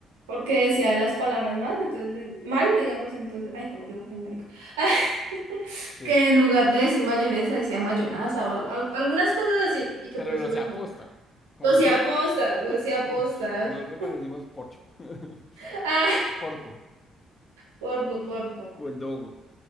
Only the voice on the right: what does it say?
porque decía las palabras más, entonces, mal, digamos, entonces, ay, como yo, ay, marica, <laughs>
que en lugar de decir mayonesa decía mayonaza o al- al- algunas cosas así, y que
por
eso lo
dejó.
Lo hacía
aposta, lo
hacía aposta.
<laughs> Ah,
porco, porco.